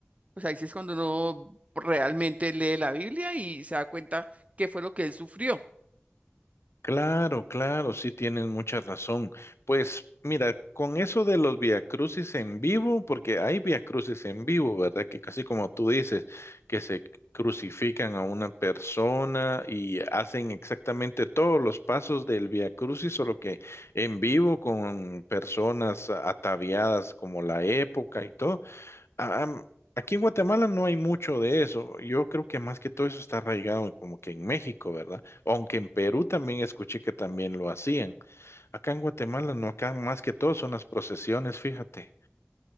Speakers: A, on the right (about 30°); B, on the left (about 75°).
A: pues ahí sí es cuando uno realmente lee la Biblia y se da cuenta qué fue lo que él sufrió.
B: Claro, claro, sí tienes mucha razón. Pues mira, con eso de los viacrucis en vivo, porque hay viacrucis en vivo, ¿verdad? Que casi como tú dices, que se crucifican a una persona y hacen exactamente todos los pasos del viacrucis, solo que en vivo con personas ataviadas como la época y todo a- am- aquí en Guatemala no hay mucho de eso. Yo creo que más que todo eso está arraigado como que en México, ¿verdad? Aunque en Perú también escuché que también lo hacían. Acá en Guatemala no, acá más que todo son las procesiones, fíjate.